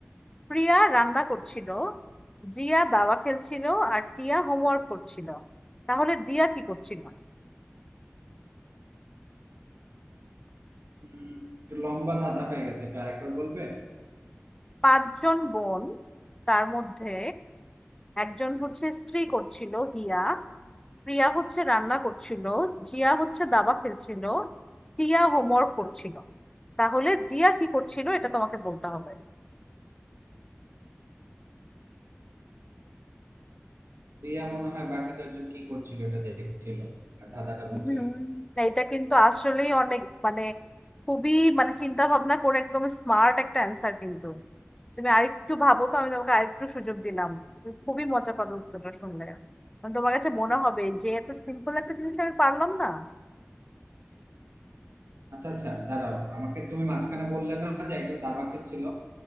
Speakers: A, on the left; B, on the right.
A: প্রিয়া রান্না করছিল জিয়া দাবা খেলছিল আর টিয়া হোমওয়ার্ক করছিল তাহলে দিয়া কি করছিল
B: উম, একটু লম্বা ধাঁধা হয়ে গেছে একটু আরেকবার বলবে
A: পাঁচজন বোন তার মধ্যে একজন হচ্ছে স্ত্রী করছিল হিয়া প্রিয়া হচ্ছে রান্না করছিল জিয়া হচ্ছে দাবা খেলছিল টিয়া হোমওয়ার্ক করছিল তাহলে দিয়া কি করছিল এটা তোমাকে বলতে হবে
B: দিয়া মনে হয় বাকি চারজন কি করছিল এটা দেখছিল আর ধাঁধাটা
A: হুম,
B: বলছিল
A: না, এটা কিন্তু আসলেই অনেক মানে খুবই মানে চিন্তা ভাবনা করে একদম স্মার্ট একটা অ্যান্সার কিন্তু তুমি আরেকটু ভাবো তো আমি তোমাকে আরেকটু সুযোগ দিলাম তুমি খুবই মজা পাবে উত্তরটা শুনলে মানে তোমার কাছে মনে হবে যে এত সিম্পল একটা জিনিস আমি পারলাম না
B: আচ্ছা আচ্ছা দাঁড়াও আমাকে তুমি মাঝখানে বললে না যে একজন দাবা খেলছিল